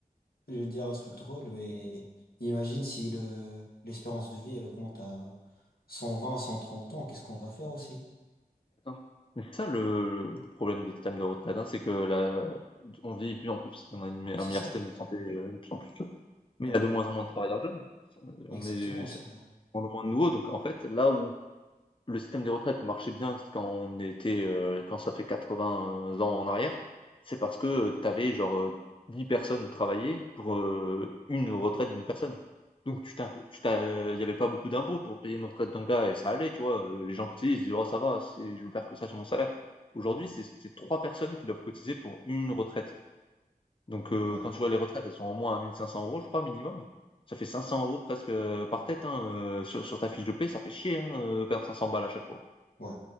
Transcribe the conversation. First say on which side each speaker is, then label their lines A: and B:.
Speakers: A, on the left; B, on the left.
A: je vais te dire un truc drôle, mais imagine si le l'espérance de vie, elle augmente à cent vingt, cent trente ans, qu'est-ce qu'on va faire aussi?
B: Attends, mais c'est ça le le problème des systèmes de retraite, hein, c'est que la on vieillit de plus en plus, parce qu'on a une me-
A: C'est
B: un meilleur
A: ça?
B: système de santé, heu, de plus en plus, mais
A: Ouais,
B: il y a de moins en moins de travailleurs jeunes. Ça,
A: exactement
B: On est
A: aussi,
B: ça de
A: ouais.
B: moins en moins de nouveaux, donc en fait, là où le système de retraite marchait bien quand on était, heu, quand ça fait 80 ans en arrière, c'est parce que tu avais genre, heu, 10 personnes travailler pour, heu, une retraite d'une personne. Donc tu t'as tu t'as il y avait pas beaucoup d'impôts pour payer une retraite d'un gars et ça allait, tu vois? Heu, les gens cotisaient, ils se disaient: «Oh ça va, c'est je perds que ça sur mon salaire». Aujourd'hui, c'est c'est 3 personnes qui doivent cotiser pour une retraite. Donc heu,
A: Ouais,
B: quand tu vois les retraites, elles sont au moins à 1 500 € je crois minimum. Ça fait 500 euros presque, heu, par tête, hein, heu, sur sur ta fiche de paie, ça fait chier, hein, heu, perdre 500 balles à chaque fois.
A: ouais.